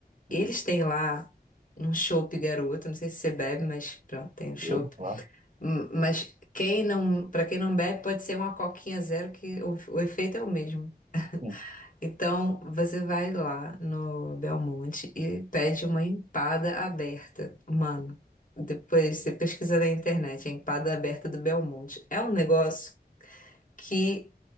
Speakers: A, on the right; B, on the left.
A: Uhum.
B: Eles têm lá um chopp garoto, não sei se você bebe, mas pronto, tem um chopp.
A: Bebo, claro.
B: Hum, Mas quem não, para quem não bebe, pode ser uma coquinha zero que o, o efeito é o mesmo.
A: Sim,
B: Então, você vai lá no Belmonte e pede uma empada aberta. Mano, depois você pesquisa na internet, a empada aberta do Belmonte. É um negócio que